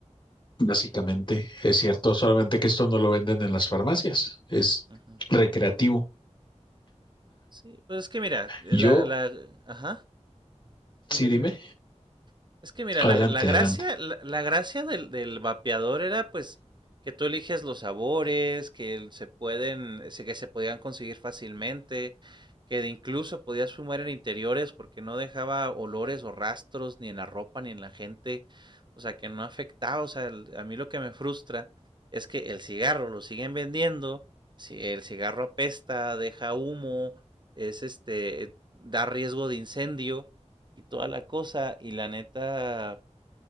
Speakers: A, on the left; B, on the right.
A: básicamente. Es cierto, solamente que esto no lo venden en las farmacias, es
B: Ujú.
A: recreativo.
B: Sí, pues es que mira, eh,
A: Yo,
B: la, la, ajá, dime,
A: sí,
B: dime.
A: dime,
B: Es que mira,
A: adelante,
B: la, la gracia,
A: adelante.
B: la, la gracia del, del vapeador era pues que tú eliges los sabores, que se pueden, se- que se podían conseguir fácilmente, que de incluso podías fumar en interiores porque no dejaba olores o rastros ni en la ropa ni en la gente, o sea, que no afectaba, o sea, el- a mí lo que me frustra es que el cigarro lo siguen vendiendo, si el cigarro apesta, deja humo, es este, da riesgo de incendio y toda la cosa. Y la neta,